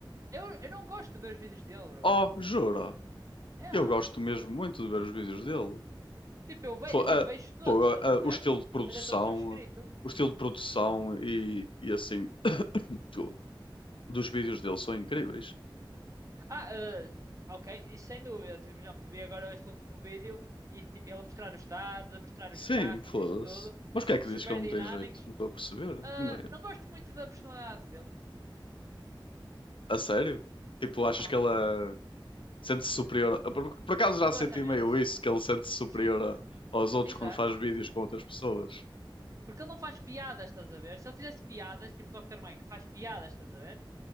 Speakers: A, on the right (about 40°); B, on the left (about 80°).
A: eu, eu não gosto de ver os vídeos dele, bro.
B: Oh, jura?
A: É. ah.
B: Eu gosto mesmo muito de ver os vídeos dele.
A: Tipo, eu vejo,
B: Fo- ah,
A: tipo, vejo todos,
B: pô,
A: estás
B: ah, ah,
A: a ver?
B: o estilo de produção,
A: Até estou subscrito.
B: o estilo de produção e, e assim, tudo dos vídeos
A: Hum.
B: dele são incríveis.
A: Ah, eh, ok, e sem dúvida. Tipo, por exemplo, vi agora este último vídeo e tipo, ele a mostrar os dados, a mostrar
B: Sim,
A: os gráficos,
B: foda-se.
A: isso tudo,
B: Mas
A: su-
B: porquê é que
A: super
B: dizes que ele não
A: dinâmicos.
B: tem jeito? Não estou a perceber.
A: Ah,
B: Não é-
A: não gosto muito da personalidade dele.
B: A sério? Tipo,
A: Uhum.
B: achas que ela sente-se superior? a- Por, por acaso
A: Completamente.
B: já senti meio isso, que ele sente-se superior
A: Sim,
B: a- aos outros
A: exato.
B: quando faz vídeos com outras pessoas.
A: Porque ele não faz piadas, estás a ver? Se ele fizesse piadas, tipo o Dr. Mike, faz piadas, estás a ver?